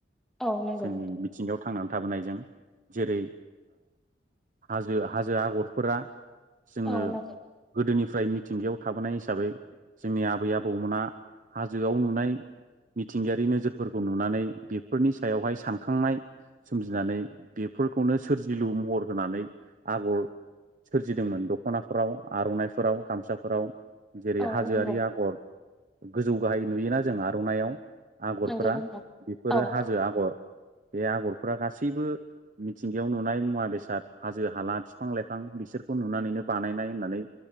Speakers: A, in the centre; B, on the right (about 45°).
A: औ नंगौ
B: जोंनि मिथिंगायाव' थांनानै थाबोनाय जों जेरै हाजो हाजो आगरफोरा जोङो
A: औ नंगौ
B: गोदोनिफ्राय मिथिंगायाव थाबोनाय हिसाबै जोंनि आबै आबौ दमोना हाजोआव नुनाय मिथिंगायारि नोजोरफोरखौ नुनानै बेफोरनि सायावहाय सानखांनाय सोमजिनानै बेफोरखौनो सोरजिलु महर होनानै आगर सोरजिदोंमोन दखनाफोराव आरनाइफोराव गामसाफोराव जेरै
A: औ
B: हाजोआरि
A: नंगौ
B: आगर गोजौ गाहाय नुयोना जों आरनायइाव आगरफोरा
A: नंगौ नोंथां
B: बेफोरो
A: औ
B: हाजो आगर बे आगरफोरा गासैबो मिथिंगायाव नुनाय मुवा बेसाद हाजो हाला बिफां लाइफां बिसोरखौ नुनानैनो बानायनाय होननानै